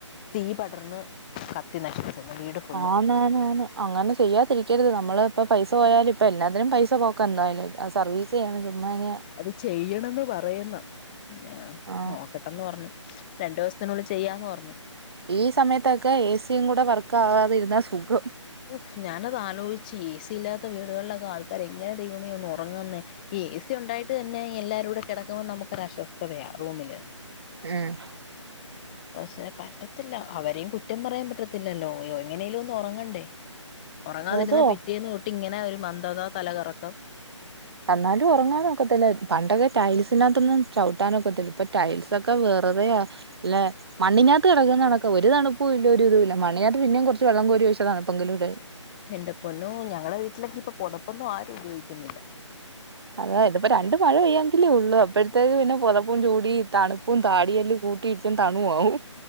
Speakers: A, on the left (about 15°); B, on the right (about 55°).
A: തീ പടർന്ന് കത്തി നശിപ്പിച്ചെന്ന് വീട് ഫുള്ള്
B: ആണ് അങ്ങനെ ചെയ്യാതിരിക്കരുത് നമ്മള് ഇപ്പ പൈസ പോയാലും എല്ലാത്തിനും പൈസ പോക്ക എന്തായാലും ആ സർവീസ് ചുമ്മാഇനി
A: അത് ചെയ്യണംന്ന് പറയന്ന അതെ
B: ആ
A: നോക്കട്ടെന്ന് പറഞ്ഞു രണ്ടു ദിവസത്തിനുള്ളി ചെയ്യാന്ന് പറഞ്ഞു
B: ഈ സമയത്തൊക്കെ ഏസിയും കൂടെ വർക്കാവാതിരുന്ന സുഖം
A: ഉഫ് ഞാനത് ആലോചിച്ച് ഏസി ഇല്ലാത്ത വീടുകളിലൊക്കെ ആൾക്കാർ എങ്ങനെ ദൈവമേ ഒന്ന് ഒറങ്ങന്നേ ഏസി ഉണ്ടായിട്ട് തന്നെ എല്ലാരൂടെ കിടക്കുമ്പോ നമക്ക് ഒരുസ്വസ്ഥതയാ റൂമില്
B: ഉം
A: പക്ഷെ പറ്റത്തില്ല അവരെയും കുറ്റം പറയാൻ പറ്റത്തില്ലല്ലോ എങ്ങനേലും ഒന്നും ഉറങ്ങണ്ടേ ഉറങ്ങാതിരുന്ന
B: അതോ
A: പിറ്റേന്ന് തൊട്ടി ഇങ്ങനെ ഒരു മന്ദത തലകറക്കം
B: എന്നാലും ഒനോ റങ്ങാക്കത്തില്ല പണ്ടൊക്കെ ടൈൽസിനകത്തൊന്നും ചവിട്ടാനൊക്കത്തില്ല ഇപ്പ ടൈൽസ് വെറുതെയ അല്ലെ മണ്ണിന പൊറത്ത് നടക്ക ഒരു തണുപ്പും ഇല്ല ഒരു ഇതു ഇല്ല മണിനകത്ത് പിന്നെ കൊറേ വള്ളം കോരി വച്ചാ
A: എന്റെ പൊന്നോ ഞങ്ങളെ വീട്ടിലേക്കെ ഇപ്പൊ പോതപ്പൊന്നും ആരും ഉപയോഗിക്കുന്നില്ല
B: അതെ ഇതിപ്പോ രണ്ട് മഴ പെയ്യെങ്കിലേ ഉള്ളു അപ്പോഴത്തേക്ക് പിന്നെ പോതപ്പും ചൂടി തണുപ്പും താടിയെല്ലാം കൂട്ടിയിടച്ച തണു ആവും